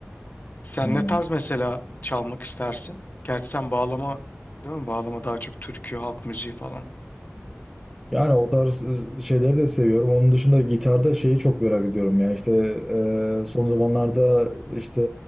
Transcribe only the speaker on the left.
Sen
ne tarz mesela çalmak istersin? Gerçi sen bağlama, değil mi? Bağlama daha çok türkü, halk müziği falan.